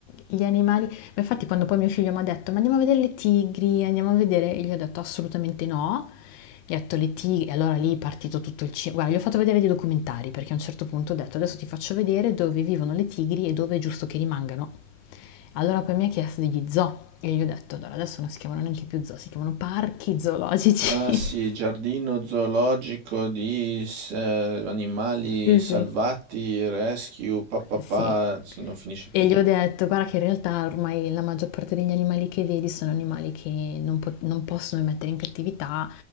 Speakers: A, on the left (about 35°); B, on the right (about 55°).
A: gli animali... Ma infatti quando poi mio figlio mi ha detto, ma andiamo a vedere le tigri, andiamo a vedere... Io gli ho detto assolutamente no. Gli ho detto le tigri... E allora lì è partito tutto il cinema. Guarda, gli ho fatto vedere dei documentari, perché a un certo punto ho detto, adesso ti faccio vedere dove vivono le tigri e dove è giusto che rimangano. Allora poi mi ha chiesto degli zoo. E io gli ho detto, allora adesso non si chiamano neanche più zoo, si chiamano parchi zoologici.
B: Ah sì,
A: <laughs>
B: giardino zoologico di s- eh, animali
A: Sì,
B: salvati,
A: sì.
B: rescue, papà,
A: Sì,
B: sì, non finisce più.
A: E gli ho detto: "Guarda che in realtà ormai la maggior parte degli animali che vedi sono animali che non po non possono mettere in cattività